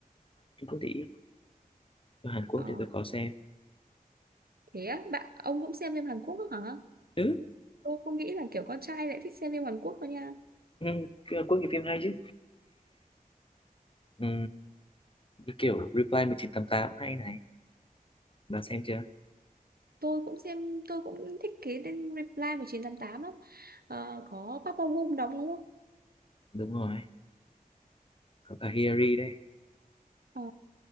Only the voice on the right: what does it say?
Ờ,
thế á, bạn ông cũng xem phim Hàn Quốc nữa hả?
Tôi không nghĩ là kiểu con trai lại thích xem phim Hàn Quốc đâu nha.
tôi cũng xem tôi cũng thích cái tên Reply 1988 lắm Ờ, có Park Bo Gum đóng đúng không
ờ,